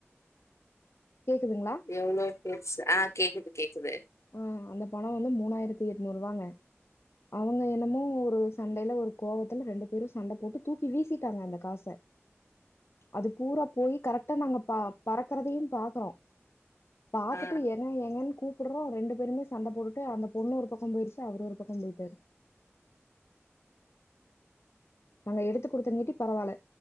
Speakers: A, on the left; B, on the left.
A: கேக்குதுங்கிளா
B: எவ்ளோ பேச்சி ஆ கேக்குது கேக்குது
A: ஆ அந்த பணம் வந்து மூணாயிரத்தி எட்நூரூவாங்க அவங்க என்னமோ ஒரு சண்டையில ஒரு கோவத்துல ரெண்டு பேரும் சண்ட போட்டு தூக்கி வீசிட்டாங்க அந்த காச அது பூரா போய் கரெக்ட்டா நாங்க ப பறக்கறதையும் பா க்கறோ பாத்துட்டு
B: ஆ
A: ஏங்க ஏங்கன் கூப் புடுறோம் ரெண்டு பேருமே சண்ட போட்டுட்டு அந்த பொண்ணு ஒரு பக்கம் போயிடுச்சி அவரு ஒரு பக்கம் போயிட்டாரு நாங்க எடுத்து கொடுத்தாங்காட்டி பரவால்ல